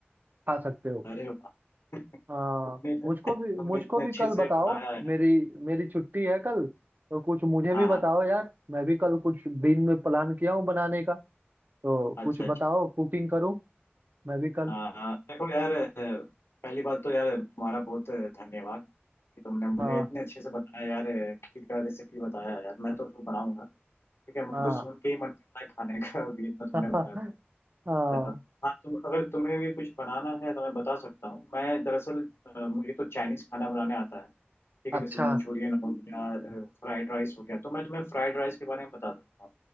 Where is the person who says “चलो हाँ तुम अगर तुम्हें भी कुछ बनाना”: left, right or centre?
Left